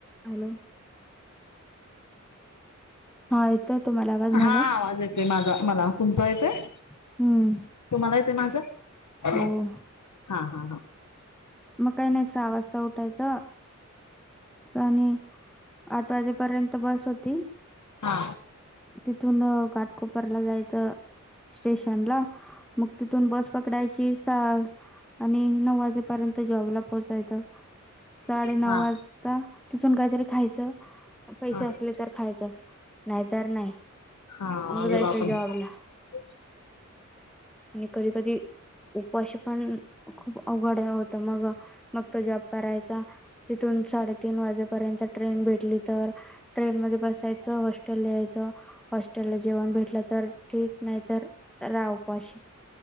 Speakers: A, in the centre; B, on the left (about 75°).
A: Hello हा तुम्हाला आवाज
B: हा
A: माझा
B: आवाज येते माझा मला तुमचा येतेय
A: हम्म
B: तुम्हाला येतेय माझा अ
A: हो
B: हा हा हा
A: मग काही नाही सहा वाजता उठायचा आणि आठ वाजेपर्यंत बस होती.
B: हा
A: तिथून घाटकोपरला जायचं स्टेशन ला मग तिथून बस पकडायची सहा आणि नऊ वाजे पर्यंत जॉबला पोहचायचं साडेनऊ
B: हा
A: वाजता तिथून काहीतरी खायच पैसे
B: हा
A: असले तर खायचं नाही तर नाही.
B: हा
A: मग
B: अरे
A: जायचं
B: बापरे
A: जॉबला आणि कधी कधी उपवाशी पण खूप अवघड होतं मग मग तुझ्या करायचा तिथून साडेतीन वाजेपर्यंत ट्रेन भेटली तर ट्रेनमध्ये बसायच हॉस्टेलला यायचं, हॉस्टेलला जेवण भेट ल तर ठीक नाही तर राह उपाशी